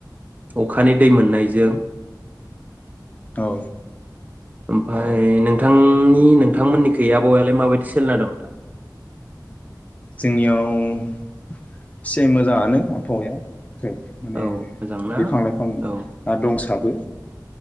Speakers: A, on the right (about 25°); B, on the left (about 20°).
A: अखानि दै मोननायजों
B: औ
A: ओमफ्राय नोंथांनि नोंथांमोननि गै आबहावालाय माबायदि सोलिना दं नोंथां?
B: जोंनियाव फि मोजाङानो आबहावाया। खेब माने
A: औ मोजां ना?
B: बिफां लाइफांआ
A: औ
B: दंसाबो।